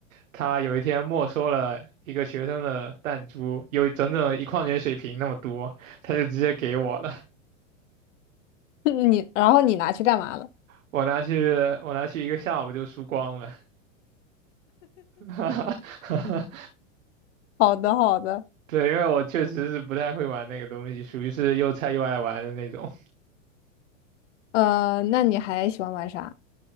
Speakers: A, on the right; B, on the left.
A: 他有一天没收了一个学生的弹珠，有整整一矿泉水瓶那么多，他就直接给我了，
B: <laughs> 你，然后你拿去干嘛了？
A: 我拿去我拿去一个下午就输光了，<laughs>
B: 好的，好的。
A: 对，因为我确实是不太会玩那个东西，属于是又菜又爱玩的那种，
B: 呃，那你还喜欢玩啥？